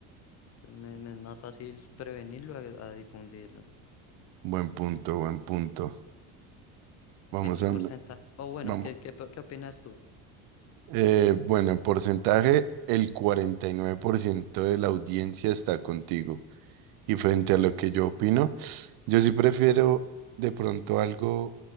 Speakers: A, on the left; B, on the right.
A: Entonces me, me es más fácil prevenirlo a, a difundirlo.
B: buen punto, buen punto. Vamos
A: ¿Qué, qué
B: a,
A: porcentaje? O bueno,
B: vamos.
A: ¿qué, qué, qué opinas tú?
B: Eh, bueno, en porcentaje, el 49% de la audiencia está contigo. Y frente a lo que yo opino, Yo sí prefiero de pronto algo